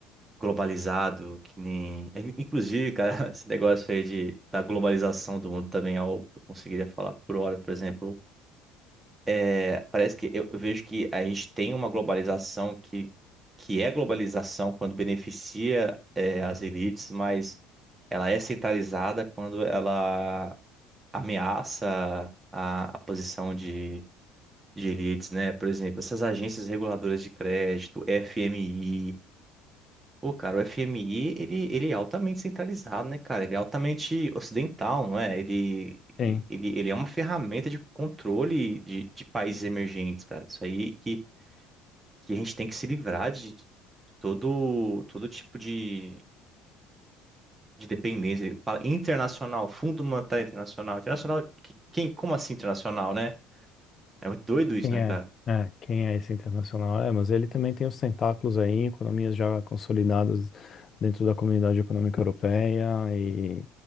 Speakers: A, on the right (about 15°); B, on the left (about 35°).
A: globalizado, que nem. é, Inclusive, cara, <laughs> esse negócio aí de, da globalização do mundo também, eu conseguiria falar por hora, por exemplo. É, parece que eu, eu vejo que a gente tem uma globalização que, que é globalização quando beneficia, é, as elites, mas. Ela é centralizada quando ela ameaça a, a posição de, de elites, né? Por exemplo, essas agências reguladoras de crédito, FMI. Pô, cara, o FMI, ele, ele é altamente centralizado, né, cara? Ele é altamente ocidental, não é? Ele,
B: sim.
A: ele, ele é uma ferramenta de controle de, de países emergentes, cara. Isso aí que, que a gente tem que se livrar de de todo, todo tipo de de dependência. Ele Fala internacional, Fundo Monetário Internacional. Internacional, que- quem, como assim internacional, né? É muito doido isso,
B: Quem
A: né,
B: é?
A: cara?
B: É, quem é esse internacional? É, mas ele também tem os tentáculos aí em economias já consolidadas dentro da Comunidade Econômica Europeia e